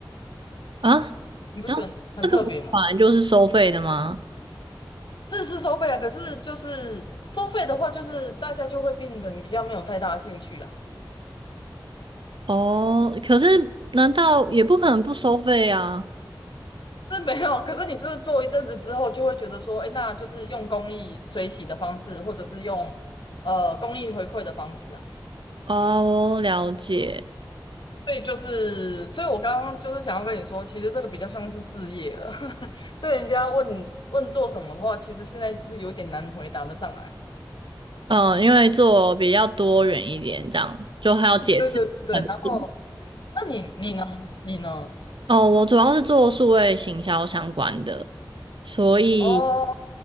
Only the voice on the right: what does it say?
啊。
然后这个本来就是收费的吗？
哦，可是难道也不可能不收费啊？
哦，了解。
嗯，因为做比较多元一点，这样就还要解释很多。
哦，我主要是做数位行销相关的，所以